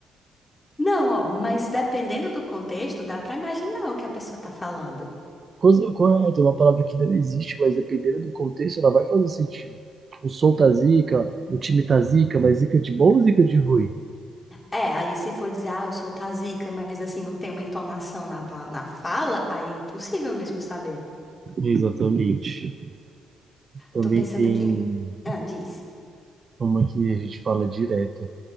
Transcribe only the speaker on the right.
Coisa correta, é uma palavra que não existe, mas dependendo do contexto, ela vai fazer sentido. O som tá zica, o time tá zica, mas zica de bom ou zica de ruim?
Exatamente. Também
tem
uma que a gente fala direto,